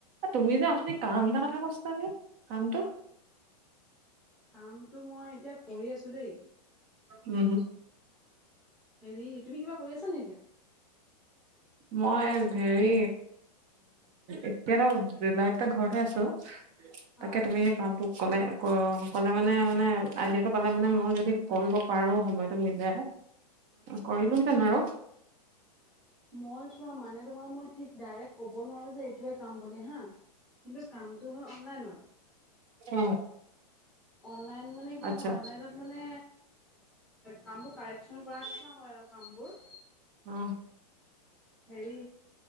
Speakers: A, on the right; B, in the centre.
A: তুমি যে আথনি কাম এটা কথা কৈছিলা যে কামটো।
B: কামটো মই এতিয়া কৰি আছো দেই।
A: উম হু
B: হেৰি তুমি কিবা কৰি আছ নে এতিয়া।
A: মই হেৰি এতিয়া জুলাইত ঘৰতে আছো। তাকে
B: অ
A: তুমি এই কামটো। কলে কলে মানে মানে আইডিয়াটো পালে মানে মই যদি কৰিব পাৰো সময়টো মিলে। কৰিলোতেন
B: অ
A: আৰু।
B: মই চোৱা মানে তোমাক মই ঠিক ডাইৰেক্ট ক'ব নোৱাৰো যে এইটোৱে কাম। মানে হা কিন্তু কামটো হ অনলাইনৰ।
A: অ
B: অনলাইন মানে কি
A: আচ্ছা
B: হয় অনলাইনত মানে। কামবোৰ কাৰেকশ্যন কৰা নিছিনা হয় আৰু কামবোৰ।
A: উম
B: হেৰি